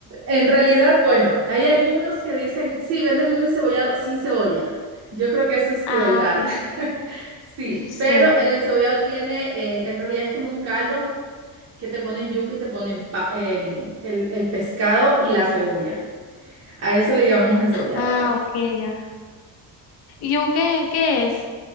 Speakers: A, on the right; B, on the left.
A: en realidad, bueno, hay algunos que dicen, sí, véndeme un encebollado sin cebolla. Yo creo que eso es crueldad.
B: Ah, ok.
A: <laughs> Sí,
B: <laughs> Sí.
A: pero el encebollado tiene, eh, en realidad es como un caldo que te ponen yuca y te ponen pa- em, el, el pescado y la cebolla. A eso le llamamos encebollado
B: Ah,
A: acá.
B: ok, ya. ¿Yuca qué, qué es?